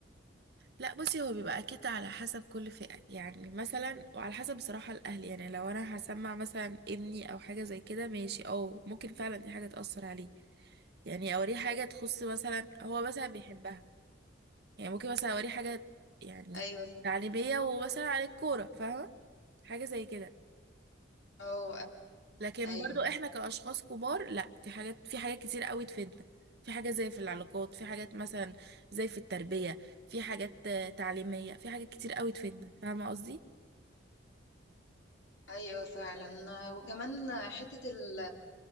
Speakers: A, on the right; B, on the left.
A: لا بصي هو بيبقى اكيد على حسب كل فئة يعني مثلا وعلى حسب بصراحة الاهل يعني لو انا هسمع مثلا ابني او حاجة زي كده ماشي اه ممكن فعلا دي حاجة تأثر عليه يعني اوريه حاجة تخص مثلا هو مثلا بيحبها يعني ممكن مثلا اوريه حاجة يعني
B: ايوه فاهمة.
A: تعليمية ومثلا عن الكورة فاهمة حاجة زي كده
B: اه
A: لكن
B: ايوه
A: برضو احنا كأشخاص كبار لا دي حاجات في حاجات كتير قوي تفيدنا في حاجات زي في العلاقات في حاجات مثلا زي في التربية في حاجات آه، تعليمية في حاجات كتير قوي تفيدنا فاهمة قصدي
B: ايوه فعلا وكمان حتة ال